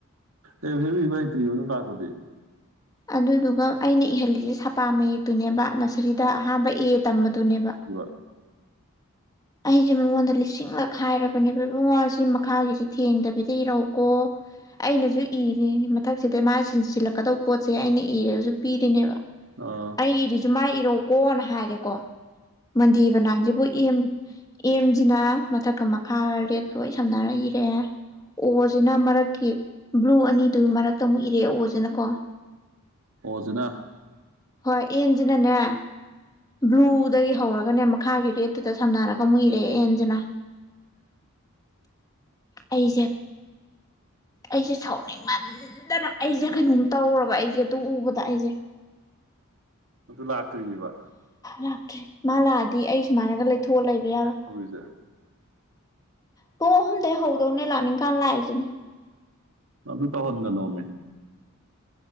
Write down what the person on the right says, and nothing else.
ꯑꯦꯔꯤꯅ ꯏꯕ ꯍꯩꯇ꯭ꯔꯤ ꯑꯨꯅ ꯇꯥꯛꯄꯗꯤ
ꯏꯋꯥ
ꯑ
ꯑꯣꯖꯤꯅ
<inaudible>
ꯑꯗꯨ ꯂꯥꯛꯇ꯭ꯔꯤꯕ
ꯍꯧꯏꯖꯦ
ꯑꯗꯨ ꯇꯧꯍꯟꯒꯅꯣꯃꯦ